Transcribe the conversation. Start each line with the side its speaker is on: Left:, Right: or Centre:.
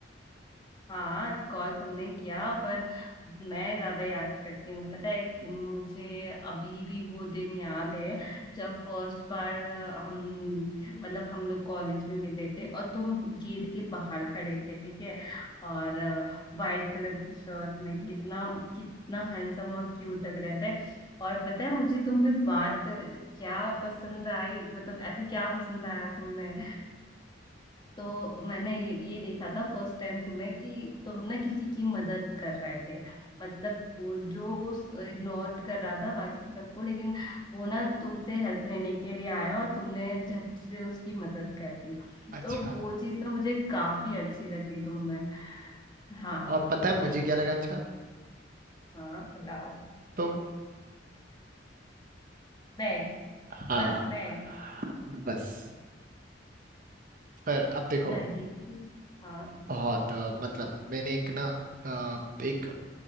Left: हाँ कॉल तुमने किया पर मैं ज्यादा याद करती हूँ पता है मुझे अभी भी वो दिन याद है जब फर्स्ट बार हम मतलब हम लोग कॉलेज में मिले थे और तुम गेट के बाहर खड़े थे ठीक है और वाइट कलर की शर्ट में कितना कितना हैंडसम और क्यूट लग रहे थे और पता है मुझे तुम में बात क्या पसंद आई मतलब ऐसे क्या पसंद आया तुम्हें तो मैंने ये ये देखा था फर्स्ट टाइम तुम्हें कि तुम ना किसी की मदद कर रहे थे मतलब वो जो इग्नोर कर रहा था बाकी सबको लेकिन वो ना तुमसे हेल्प लेने के लिए आया और तुमने झट से उसकी मदद कर दी
Right: अच्छा
Left: तो वो चीज ना मुझे काफी अच्छी लगी तुम में हाँ
Right: और पता है मुझे क्या लगा अच्छा
Left: हाँ बताओ
Right: तुम
Left: मैं
Right: हाँ
Left: बस मैं
Right: बस फिर अब देखो
Left: नहीं हाँ
Right: बहुत अ, मतलब मैंने एक ना अ, एक